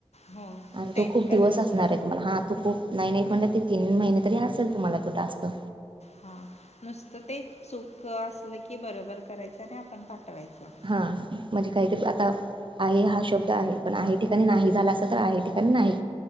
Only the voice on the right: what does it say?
आणि
तो खूंप
दिवसं असणारं आहे तुम्हांला हां तूं खूंप नाहीं नाहीं पणं ते तीन महिने तरी असेल तुम्हांला तो टास्कं
हां म्हणजे कांहीतरी आंता आई हां शब्दं आहे पणं आई ठिकाणीं नाहीं झांला असं तरं आहे ठिकाणीं नाहीं